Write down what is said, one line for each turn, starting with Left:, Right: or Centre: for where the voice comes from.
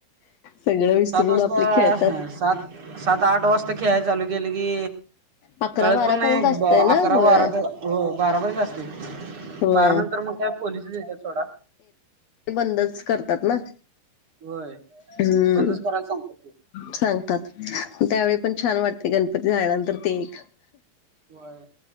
Left: सगळं विसरून
Right: सात वाजता
Left: आपली खेळतात
Right: सात आठ वाजता खेळाय चालु केलं की
Left: अकरा
Right: कळत
Left: बारा
Right: पण नाही
Left: पर्यंत असतय ना
Right: अकरा
Left: होय
Right: बारा हो बारापर्यंत असते-
Left: होय
Right: बारा नंतर मग काय पोलिसच येतात थोडा
Left: ते बंदच करतात ना
Right: होय
Left: हम्म
Right: बंदच करायला सांगतात ते
Left: सांगतात त्यावेळी पण छान वाटते गणपती झाल्यानंतर ते एक
Right: होय.